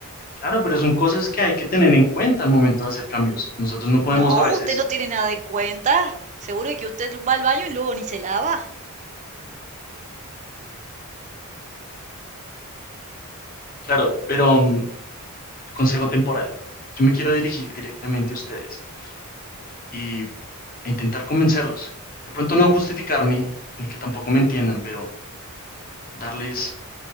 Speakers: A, on the left; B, on the right.
A: claro, pero son cosas que hay que tener en cuenta al momento de hacer cambios. Nosotros no podemos
B: No,
A: a veces,
B: usted no tiene nada en cuenta. Seguro que usted va al baño y luego ni se lava.
A: claro, pero mm, consejo temporal. Yo me quiero dirigir directamente a ustedes y e intentar convencerlos. De pronto no justificarme, ni que tampoco me entiendan, pero darles